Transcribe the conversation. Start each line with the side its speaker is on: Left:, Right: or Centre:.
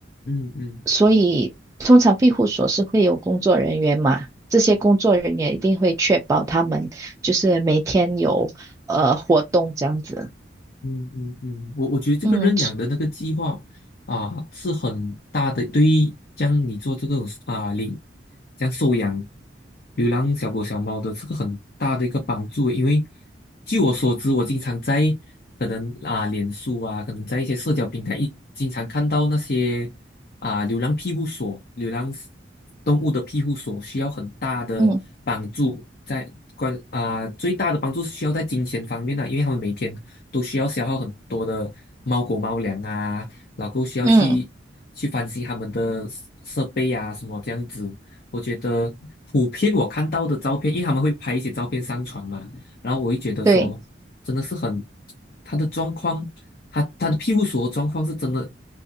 Left: 嗯嗯。
Right: 所以通常庇护所是会有工作人员嘛，这些工作人员一定会确保他们就是每天有呃活动这样子。
Left: 嗯嗯嗯，我我觉得这个认养的那个计划啊，
Right: 嗯
Left: 是很大的。对于将你做这个啊领，将收养流浪小狗小猫的这个很大的一个帮助欸。因为据我所知，我经常在可能啊脸书啊，可能在一些社交平台一经常看到那些啊流浪庇护所、流浪 s- 动物的庇护所需要很大的帮助在。
Right: 嗯
Left: 关啊、最大的帮助是需要在金钱方面的、因为他们每天都需要消耗很多的猫狗猫粮啊，然后需要去去翻新他们的设设备啊，
Right: 嗯，
Left: 什么这样子。我觉得普遍我看到的照片，因为他们会拍一些照片上传嘛，然后我会觉得说，
Right: 对。
Left: 真的是很，他的状况，他他的庇护所的状况是真的